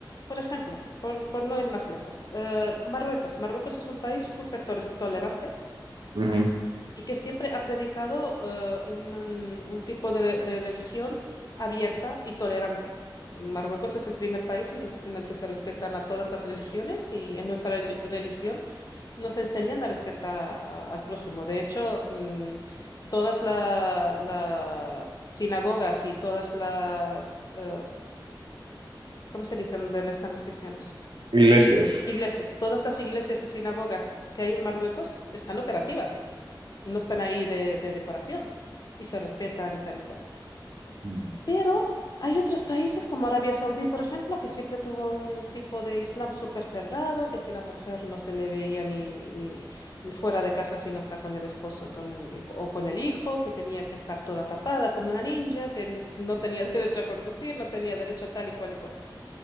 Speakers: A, on the left; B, on the right.
A: Por ejemplo, por, por no ir más lejos, eh, Marruecos. Marruecos es un país súper tol- tolerante
B: Ujú.
A: y que siempre ha predicado eh, un, un tipo de, re- de religión abierta y tolerante. Marruecos es el primer país en, en el que se respetan a todas las religiones y en nuestra reli- religión nos enseñan a respetar a- a- al prójimo. De hecho, mm, todas la- las sinagogas y todas las, eh, ¿cómo se dice? donde rezan los cristianos?
B: Iglesias.
A: Iglesias. Todas las iglesias y sinagogas que hay en Marruecos están operativas no están ahí de, de decoración y se respetan y tal y cual.
B: Mm.
A: Pero hay otros países como Arabia Saudí, por ejemplo, que siempre tuvo un tipo de Islam súper cerrado, que si la mujer no se le veía ni, ni fuera de casa si no está con el esposo y con, y- o con el hijo, que tenía que estar toda tapada como una ninja, que n- no tenía <laughs> derecho a conducir, no tenía derecho a tal y cual y cual.